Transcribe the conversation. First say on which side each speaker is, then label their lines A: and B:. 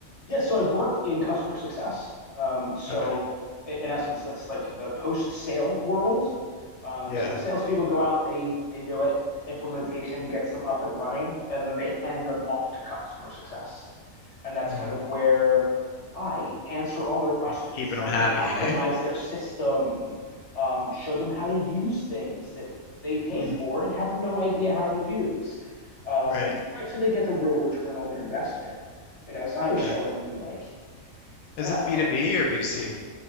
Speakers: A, on the left; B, on the left.
A: yeah. So I worked in customer success. Um, so
B: Okay.
A: in essence, that's like the post-sale world. Um,
B: Yeah.
A: so the salespeople go out, they they do it, implementation gets them up and running, and then they hand them off to customer success. and that's
B: Mm.
A: kind of where I answer all their questions,
B: You're keeping
A: help
B: them happy,
A: them optimize
B: hey?
A: their system, um, show them how to use things that they pay
B: Mm,
A: for and have no idea how to use, um,
B: right.
A: right? So they get the real return on their investment. You know, so I
B: Okay.
A: was showing them like,
B: Is
A: uh,
B: this B2B or B2C?